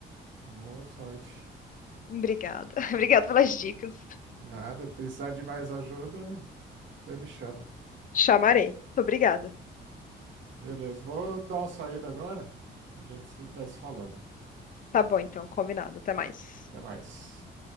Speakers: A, on the right; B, on the left.
A: Boa sorte.
B: Obrigada. <laughs> Obrigada pelas dicas.
A: Nada, precisar de mais ajuda, você me chama.
B: Te chamarei. Muito obrigada.
A: Beleza, vou dar uma saída agora. A gente se- vai se falando.
B: Tá bom, então, combinado. Até mais.
A: Até mais.